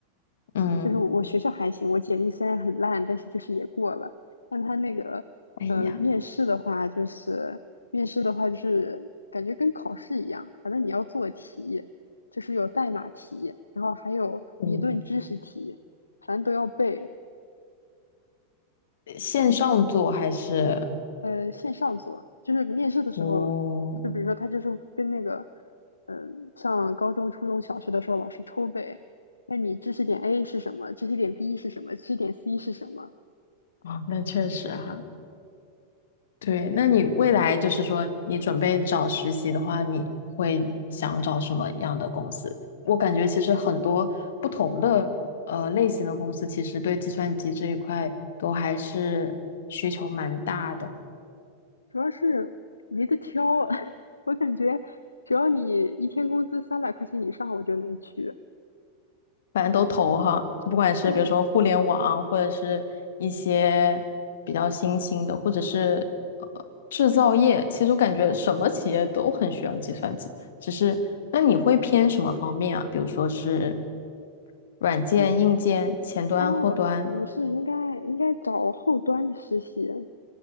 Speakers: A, on the left (about 60°); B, on the left (about 75°).
A: 嗯，
B: 就是我学校还行，我简历虽然很烂，但是就是也过了。但他那个呃面试的话，
A: 哎呀，
B: 就是面试的话就是感觉跟考试一样，反正你要做题，就是有代码题，然后还有理论知识题，
A: 嗯，
B: 反正都要背。
A: 线上做还是
B: 呃，线上做，就是面试的时候，
A: 哦
B: 就比如说他就是跟那个嗯、呃上高中、初中小学的时候老师抽背，问你知识点 A 是什么，知识点 B 是什么，知识点 C 是什么。
A: 啊、那确实哈。对，那你未来就是说，你准备找实习的话，你会想找什么样的公司？我感觉其实很多不同的呃类型的公司，其实对计算机这一块都还是需求蛮大的。
B: 主要是没得挑，<laughs> 我感觉只要你一天工资三百块钱以上，我就能去。
A: 反正都投哈，就不管是比如说互联网，
B: 对啊，
A: 或者是一些比较新兴的，或者是呃制造业，其实我感觉什么企业都很需要计算机。只是那你会偏什么方面啊？比如说是软件、
B: 哎，
A: 硬件、前端、
B: 哦，
A: 后端，
B: 我是应该应该找后端的实习啊。